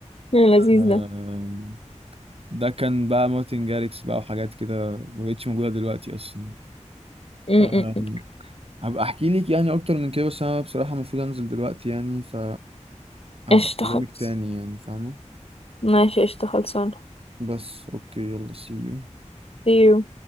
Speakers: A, on the left; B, on the right.
A: اللذيذ
B: آم،
A: ده
B: ده كان بقى مارتن جاريكس بقى وحاجات كده ما بقتش موجودة دلوقتي أصلا
A: م-
B: آم،
A: م- م.
B: هبقى أحكي لك يعني أكتر من كده بس أنا بصراحة المفروض أنزل دلوقتي يعني ف هبقى
A: قشطة
B: اكلمك
A: خالص
B: تاني يعني فاهمة
A: ماشي قشطة خلصانة
B: بس اوكي يلا سي يو
A: See you.